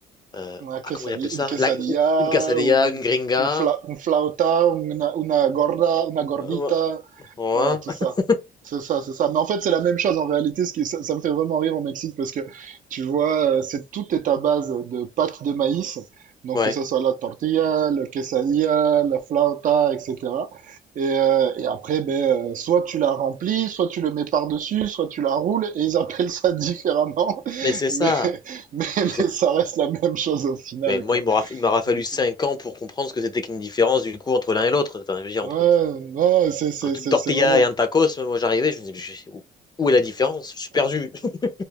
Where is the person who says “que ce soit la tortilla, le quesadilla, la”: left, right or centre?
Right